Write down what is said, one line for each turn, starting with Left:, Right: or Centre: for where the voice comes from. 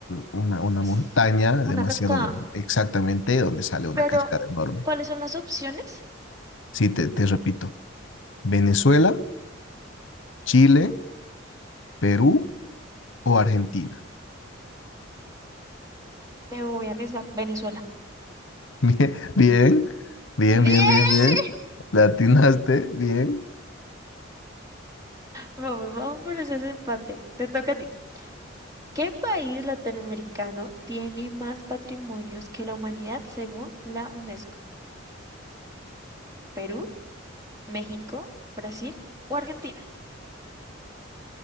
Left: una, una
Right: es
Left: montaña
Right: una
Left: demasiado
Right: cascada.
Left: grande, exactamente donde sale una
Right: Pero,
Left: cascada enorme.
Right: ¿cuáles son las opciones?
Left: Sí, te, te repito. Venezuela, Chile, Perú o Argentina.
Right: Me voy a arriesgar. Venezuela.
Left: <laughs> Bien, bien, bien,
Right: Bien.
Left: bien, bien, bien. Le atinaste, bien.
Right: Vamos, vamos por ese empate. Te toca a ti. ¿Qué país latinoamericano tiene más patrimonios que la humanidad según la UNESCO? ¿Perú, México, Brasil o Argentina?